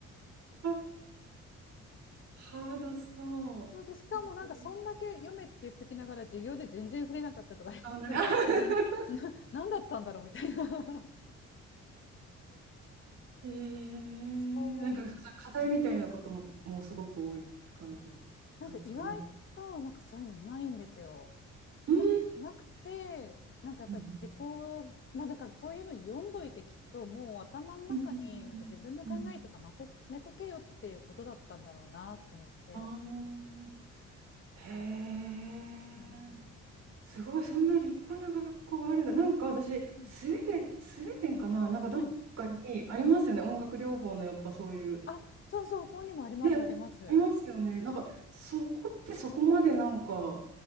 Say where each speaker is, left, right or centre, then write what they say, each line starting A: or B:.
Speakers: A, on the right; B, on the left.
A: ー、あハードそう。
B: そうでしかもなんかそんだけ読めって言っときながら授業で全然触れなかったとかねとりあえずして
A: <laughs> あ、なんか、<laughs>
B: <laughs> な何だったんだろうみたいな
A: えー、
B: そう。
A: なんか、課題みたいなことも、もうすごく多い感じ
B: なんか意外と、
A: なんですかね。
B: なんかそういうのないんですよ。
A: うーん。
B: なく、なくて、なんかやっぱり自己、
A: うん
B: まあだからそういうの読んどいてきっともう頭の中になんか自分の考えとかまとめとけよっていうことだったんだろうなって思って。
A: うんうんうんうんうん。ああ、へえ。
B: そ
A: すごい、そんな立派な学校があるんだ。なんか私、
B: う。はい。
A: スウェーデン、スウェーデンかななんかどっかにありますよね。
B: はい。
A: 音楽療法のやっぱそういう。
B: あ、そうそう、ここにもあります、
A: ね、
B: あります。
A: ありますよね。なんかそこってそこまでなんか